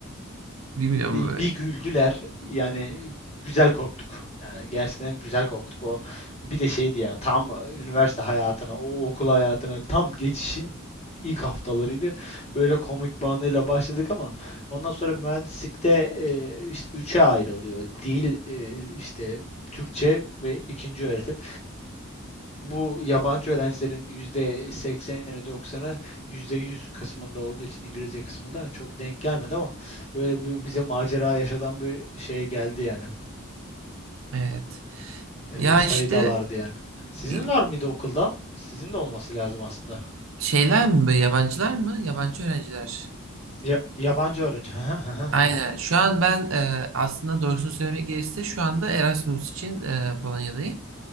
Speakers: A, on the right; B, on the left.
A: Bilmiyorum
B: bir,
A: böyle.
B: bir güldüler. Yani güzel korktuk. Yani gerçekten güzel korktuk. O bir de şeydi yani tam üniversite hayatına, o okul hayatına tam geçişin ilk haftalarıydı. Öyle komik bir başladık ama ondan sonra mühendislikte e, işte üçe ayrılıyor. Dil, e, işte Türkçe ve ikinci öğretim. Bu yabancı öğrencilerin yüzde sekseni, doksanı, %100 kısmında olduğu için İngilizce kısmında çok denk gelmedi ama böyle bir bize macera yaşatan bir şeye geldi yani.
A: Evet.
B: Ee,
A: Ya
B: sayıdalardı
A: işte
B: yani. Sizin
A: i-
B: var mıydı okulda? Sizin de olması lazım aslında.
A: şeyler mi böyle, yabancılar mı? Yabancı öğrenciler.
B: Ya, yabancı öğrenci. <laughs> Hı
A: Aynen. Şu an ben e, aslında doğrusunu söylemek gerekirse şu anda Erasmus için e, Polonya'dayım.